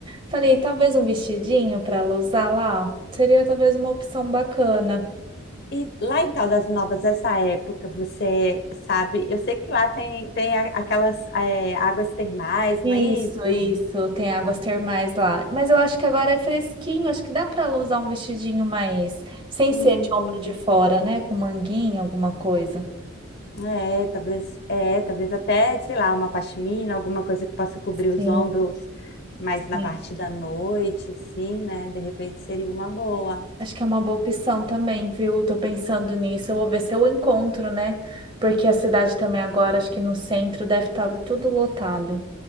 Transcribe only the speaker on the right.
Falei, talvez um vestidinho para ela usar lá. Seria talvez uma opção bacana.
Isso,
isso, tem águas termais lá. Mas eu acho que agora é fresquinho, acho que dá para ela usar um vestidinho mais. Sem
ser de ombro de fora, né? Com manguinha, alguma coisa.
Sim,
sim.
Acho que é uma boa opção também, viu? Tô pensando nisso. Eu vou ver se eu encontro, né? Porque a cidade também agora, acho que no centro deve estar tudo lotado.